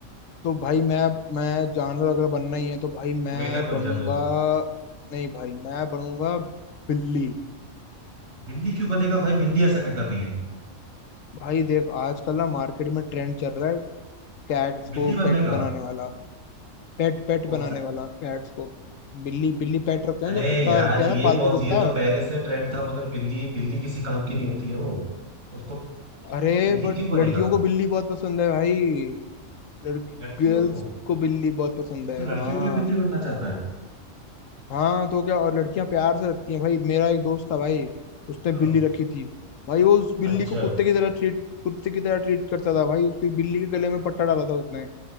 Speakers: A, on the left (about 80°); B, on the right (about 75°).
A: तो भाई मैं मैं जानवर अगर बनना ही है तो भाई मैं
B: मेंढक बन
A: बनूंगा
B: जा फिर
A: नहीं भाई मैं बनूंगा बिल्ली
B: बिल्ली क्यों बनेगा भाई बिल्ली ऐसा क्या कर रही है
A: भाई देख आजकल ना मार्केट में ट्रेंड चल रहा है कैट्स को
B: बिल्ली बनने
A: पेट
B: का
A: बनाने वाला पेट पेट
B: कौन
A: बनाने
B: सा
A: वाला कैट्स को बिल्ली बिल्ली पेट रखते हैं
B: अरे
A: जो कुत्ता
B: यार
A: रखते
B: ये
A: हैं ना पालतू
B: कौन
A: कुत्ता
B: सी ये तो पहले से ट्रेंड था मगर बिल्ली बिल्ली किसी काम की नहीं होती है वो उसको
A: अरे
B: तो बिल्ली
A: बट
B: क्यों बनेगा
A: लड़कियों को बिल्ली बहुत पसंद है भाई लड़की
B: लड़कियों
A: गर्ल्स
B: को
A: को बिल्ली बहुत पसंद
B: तो तू
A: है
B: लड़कियों
A: हाँ
B: के लिए बिल्ली बनना चाहता है
A: हाँ तो क्या और लड़कियां प्यार से रखती हैं भाई मेरा एक दोस्त था भाई उसने
B: हाँ
A: बिल्ली रखी थी भाई वो उस बिल्ली
B: अच्छा
A: को कुत्ते की तरह ट्रीट कुत्ते की तरह ट्रीट करता था भाई उसकी बिल्ली के गले में पट्टा डाला था उसने